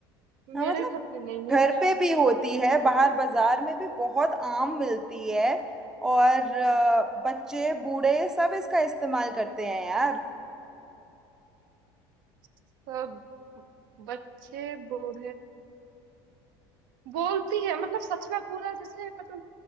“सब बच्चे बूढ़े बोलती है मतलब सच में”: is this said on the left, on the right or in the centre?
Right